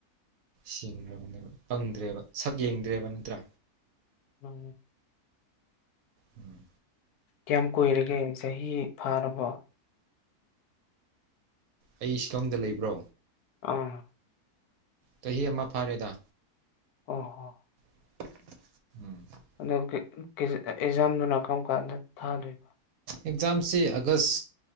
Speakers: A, on the right (about 70°); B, on the left (about 75°).
A: ꯁꯤꯡꯈ꯭ꯔꯕꯅꯦꯕ ꯄꯪꯗ꯭ꯔꯦꯕ ꯁꯛ ꯌꯦꯡꯗ꯭ꯔꯦꯕ ꯅꯠꯇ꯭ꯔꯥ
B: ꯎꯝ
A: ꯎꯝ
B: ꯀꯌꯥꯝ ꯀꯨꯏꯔꯒꯦ ꯆꯍꯤ ꯐꯥꯔꯕꯣ
A: ꯑꯩ ꯁꯤꯂꯣꯡꯗ ꯂꯩꯕ꯭ꯔꯣ
B: ꯑꯥ
A: ꯆꯍꯤ ꯑꯃ ꯐꯥꯔꯦꯗ
B: ꯑꯣ ꯍꯣ
A: ꯎꯝ
B: ꯑꯗꯨ <unintelligible> ꯑꯦꯖꯥꯝꯗꯨꯅ ꯀꯔꯝ ꯀꯥꯟꯗ ꯊꯥꯗꯣꯏꯅꯣ
A: ꯑꯦꯛꯖꯥꯝꯁꯦ ꯑꯥꯒꯁ